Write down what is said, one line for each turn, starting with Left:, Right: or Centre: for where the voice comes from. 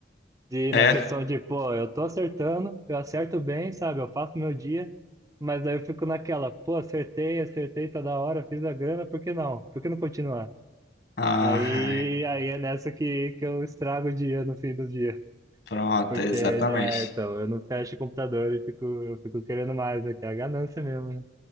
Right: De,
Left: É?
Right: na questão de, pô, eu tô acertando, eu acerto bem, sabe? Eu faço meu dia, mas aí eu fico naquela, pô, acertei, acertei, tá da hora, fiz a grana, por que não? Por que não continuar?
Left: Ah,
Right: Aí,
Left: ai,
Right: aí é nessa que, que eu estrago o dia no fim do dia.
Left: pronto,
Right: Porque,
Left: exatamente.
Right: é, então, eu não fecho o computador e fico, eu fico querendo mais, né? Que é a ganância mesmo, né?